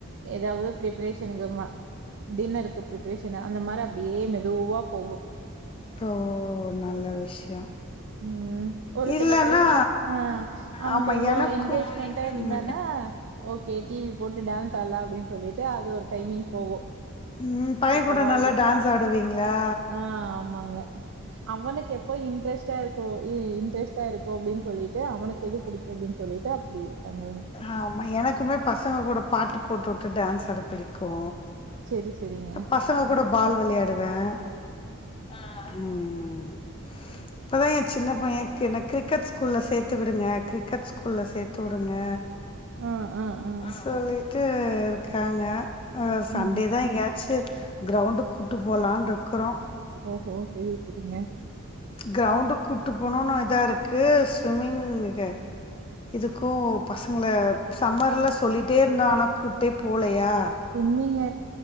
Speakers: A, on the right (about 55°); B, on the left (about 25°).
A: ஏதாவது பிப்ரேஷனுக்கு ம டின்னருக்கு பிப்ரேஷன் அந்த மாரி அப்படியே மெதுவா போகு
B: ஓ நல்ல விஷயோ
A: ம் ஒரு சில
B: இல்லன்னா
A: டயத்துல ஆ அவ
B: ஆமா
A: கொஞ்சோ
B: எனக்கு
A: எங்கேஜ் அ இருந்தனா
B: ம்
A: ஓகே டி வி போட்டு டான்ஸ் ஆட்லா அப்டின்னு சொல்லிட்டு அது ஒரு டைமிங் போகு
B: ம் பைய
A: எப்பவாது
B: கூட நல்லா டான்ஸ் ஆடுவீங்களா
A: ஆ ஆமாங்க அவனுக்கு எப்போ இன்ட்ரெஸ்ட்டாருக்கு அ இன்டர் ஸ்ட்டாருக்க அப்டின்னு சொல்லிட்டு அவனுக்கு எது பிடிக்கு அப்டின்னு சொல்லிட்டு அப்படி பண்ணுவேங்க.
B: ஆமாம் எனக்குமே பசங்க கூட பாட்டு போட்டுவுட்டு டான்ஸ்ஸாட பிடிக்கு
A: சரி, சரிங்க.
B: பசங்க கூட பால் விளையாடுவே ஆ ம் ம் ம் இப்பதா என் சின்ன பையே கி என்ன கிரிக்கெட் ஸ்கூல்ல சேத்து விடுங்க கிரிக்கெட் ஸ்கூல்ல சேத்து உடுங்க
A: ஆ, ஆ, ஆ.
B: சொல்லிட் ட்டு இருக்காங்க அ சண்டே
A: ம்.
B: தா எங்கேயாச்சு கிரௌண்டுக் கூட்டு போலான்னுட்ருக்குறோ
A: ஓஹோ! சரி, சரிங்க.
B: கிரௌண்டு கூட்டு போனுன்னு இதாருக்கு ஸ்விம்மிங் இருக்கே இதுக்கு பசங்கள சம்மர்ல்ல சொல்லிட்டே இருந்தோ ஆனா கூட்டே போலே யா
A: ஸுவிம்மிங்க